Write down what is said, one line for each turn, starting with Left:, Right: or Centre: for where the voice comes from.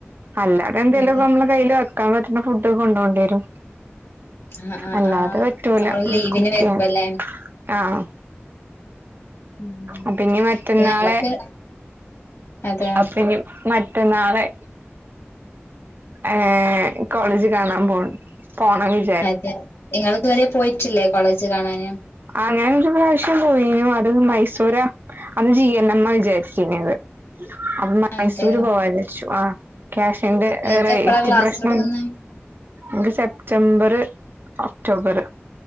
Right: അല്ലാതെന്തേലൊക്ക
Left: അതെ
Right: നമ്മള കയ്യില് വെക്കാൻ പറ്റുന്ന ഫുഡ് കൊണ്ടോണ്ടി വരും
Left: ആഹ് ആഹ്
Right: അല്ലാതെ
Left: ആഹ്
Right: പറ്റൂല
Left: നമ്മള് ലീവിന്
Right: കുക്കെയ്യാൻ
Left: വരുമ്പല്ലേ
Right: ആഹ്
Left: ഉം
Right: അപ്പഞ്ഞി മറ്റന്നാളെ
Left: പിന്നെ നമ്മക്ക് അതെ
Right: അപ്പഞ്ഞി മറ്റന്നാളെ ഏഹ് കോളേജ് കാണാൻ പോ പോണം വി
Left: അതെ നിങ്ങള്തുവരെ പോയിട്ടില്ലേ കോളേജ് കാണാന്?
Right: ആഹ് ഞാനൊരു പ്രാവശ്യം പോയിനു അത് മൈസൂരാ അന്ന് ജി എൻ എം ആഹ് വിചാരിച്ചിനത്. അപ്പ
Left: അതെ
Right: മൈസൂര് പോവാ വിചാരിച്ചു ആഹ് ക്യാഷിന്റെ
Left: നിങ്ങക്ക്
Right: ഏഹ് റേറ്റ്
Left: എപ്പഴാ ക്ലാസ്
Right: പ്രശ്നം
Left: തുടങ്ങുന്നെ
Right: ഒരു സെപ്റ്റംബർ ഒക്ടോബർ